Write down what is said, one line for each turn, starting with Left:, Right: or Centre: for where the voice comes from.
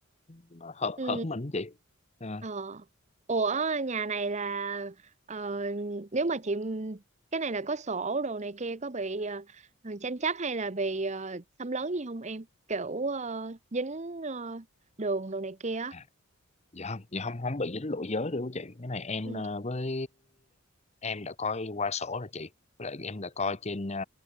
Left: nó hợp
Right: Ừ.
Left: hợp mình á chị Ờ.
Right: Ờ. Ủa nhà này là ờ, nếu mà chị cái này là có sổ đồ này kia có bị ờ, tranh chấp hay là bị ờ, xâm lấn gì không em? Kiểu ờ, dính ờ, đường đồ này kia. á.
Left: À, dạ không dạ không không bị dính lỗi giới đâu chị cái này em
Right: Ừ.
Left: ờ, với em đã coi qua sổ rồi chị với lại em đã coi trên ờ,